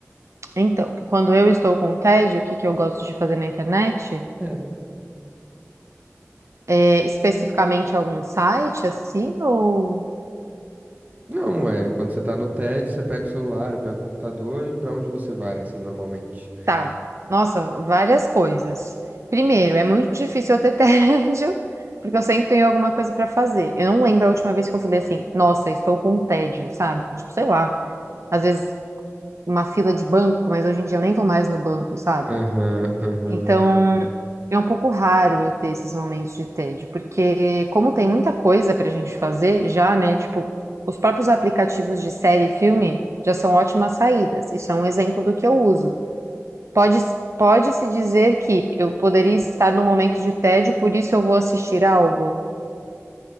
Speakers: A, on the right (about 70°); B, on the right (about 30°).
A: então, quando eu estou com tédio, o que que eu gosto de fazer na internet?
B: É.
A: É, especificamente algum site, assim, ou...
B: Não, é, quando você tá no tédio, você pega o celular, eu pego o computador e pra onde você vai, assim, normalmente?
A: Tá, nossa, várias coisas. Primeiro, é muito difícil eu ter <laughs> tédio, porque eu sempre tenho alguma coisa para fazer. Eu não lembro a última vez que eu falei assim, nossa, estou com tédio, sabe? Tipo, sei lá. Às vezes uma fila de banco, mas hoje em dia eu nem vou mais no banco, sabe?
B: Aham, aham.
A: Então, é um pouco raro eu ter esses momentos de tédio, porque como tem muita coisa pra gente fazer já, né? Tipo, os próprios aplicativos de série e filme já são ótimas saídas. Isso é um exemplo do que eu uso. Pode, pode-se dizer que eu poderia estar num momento de tédio, por isso eu vou assistir algo.